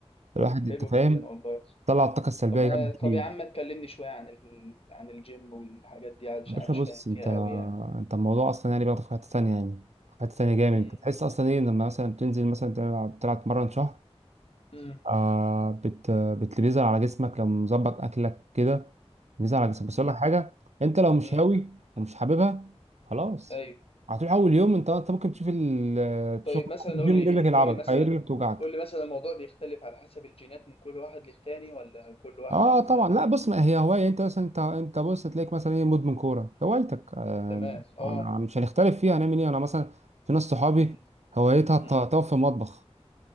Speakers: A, on the left; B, on the right.
A: طب
B: الواحد
A: حلو
B: انت فاهم
A: جدا والله
B: طلع الطاقه السلبيه
A: طب ما
B: جامد
A: طب
B: فيه
A: يا عم ما تكلمني شوية عن ال... عن الجيم والحاجات دي علشان
B: يا باشا
A: أنا مش
B: بص
A: فاهم
B: انت
A: فيها قوي يعني
B: انت الموضوع اصلا يعني بياخد في حته ثانيه يعني في حته ثانيه جامد
A: امم
B: انت تحس اصلا ايه لما مثلا بتنزل مثلا تلعب تلعب تمرن شهر
A: امم
B: آه بت بت- بيظهر على جسمك لو مظبط اكلك كده بيظهر على جسمك بس
A: امم
B: اقول لك حاجه انت لو مش
A: امم
B: هاوي ومش حاببها خلاص
A: أيوه
B: هتروح اول يوم انت انت ممكن تشوف ال تشوف
A: طيب مثلا
B: الجيم
A: قول لي
B: رجلك يلعبك
A: قول لي مثلا
B: اي رجلك توجعك
A: قول لي مثلا الموضوع بيختلف على حسب الجينات من كل واحد للتاني ولا كل واحد
B: اه
A: مثلا
B: طبعا لا بص ما هي هوايه انت مثلا انت انت بص تلاقيك مثلا ايه مدمن كوره هوايتك آه
A: تمام اه
B: عم- عم- مش هنختلف فيها هنعمل ايه انا مثلا في ناس صحابي
A: امم
B: هوايتها الت-
A: امم
B: تقف في المطبخ